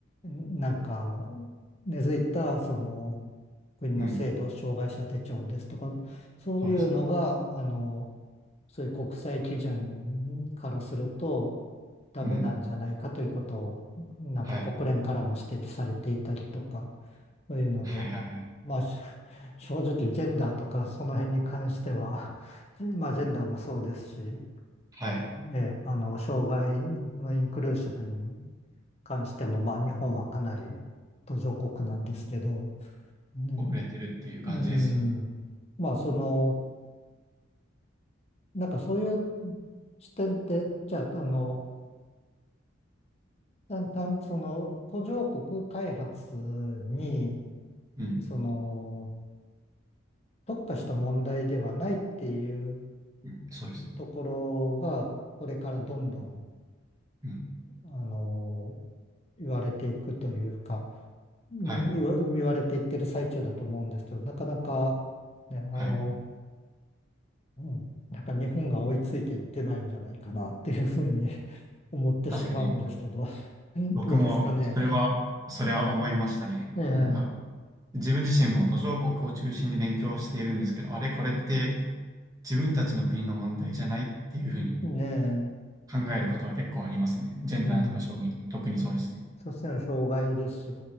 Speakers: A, on the left; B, on the right.
A: んなんか根付いたその国の制度、
B: うん。
A: 障害者手帳ですとか、そういうのが、
B: そうですね。
A: あの、そういう国際基準からするとダメなんじゃないかということを、
B: うん。
A: なんか国連からも指摘されていたりとか、
B: はい。
A: そういうので、
B: はいはいはい。
A: まあ、し正直ジェンダーとかその辺に関しては、<laughs> じまあジェンダーもそうですし、ね、
B: はい。
A: ええあの、障害のインクルーシブに関しても、まあ日本はかなり途上国なんですけど、ね、
B: 遅れてるっていう感じですよね。
A: うん、まあそのなんかそういう視点って、じゃあ、あの、だんだん、その、途上国開発に、
B: うん。
A: その、特化した問題ではないっていう
B: うん。そうです。
A: ところが、これからどんどん、
B: うん。
A: あの、言われていくというか、うん言わ、
B: はい。
A: 言われていってる最中だと思うんですけど、なかなか、ね、あの、
B: はい。
A: うん、なんか日本が追いついていってないんじゃないかなっていうふうに <laughs> 思ってしまうんですけど、
B: 確かに、僕も、
A: どうですかね。
B: それは、それは思いましたね。
A: ええ、
B: なんか、自分自身も途上国を中心に勉強しているんですけど、あれ、これって自分たちの国の問題じゃないっていうふうに
A: ねえ、
B: 考えることは結構ありますね。ジェンダーとか障害とか、
A: うん。
B: 特にそうですね。
A: そしたら障害ですし、